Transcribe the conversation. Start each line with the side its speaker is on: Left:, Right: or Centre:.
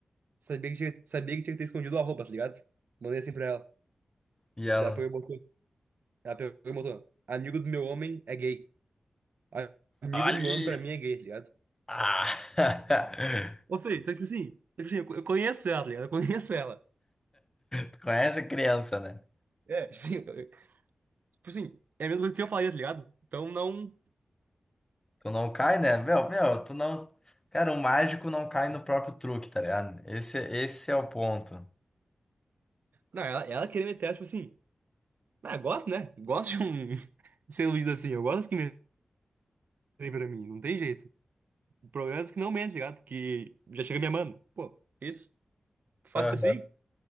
Right: Sabia que tinha, sabia que tinha que ter escondido o arroba, tá ligado? Mandei assim pra ela.
Left: E ela?
Right: Daí ela pegou e botou. Ela pegou e botou: Amigo do meu homem é gay. A- Amigo
Left: Olha!
Right: do meu homem pra mim é gay, tá ligado?
Left: Ah! <laughs>
Right: Ô, Fê, só que, tipo assim, só que, tipo assim, eu co- eu conheço ela, tá ligado? Eu conheço ela.
Left: Tu conhece criança, né?
Right: É, <laughs> tipo assim, eu- tipo assim, é a mesma coisa que eu faria, tá ligado? Então não.
Left: Tu não cai, né? Meu, meu, tu não. Cara, o mágico não cai no próprio truque, tá ligado? Esse, esse é o ponto.
Right: Não, ela, ela queria meter, essa, tipo assim. Ah, gosto, né? Gosto de um. <laughs> de ser iludido assim, eu gosto que metem pra mim, não tem jeito. O problema é que não mentem, tá ligado? Que já chega me amando. Pô, isso? Fácil
Left: Aham.
Right: assim?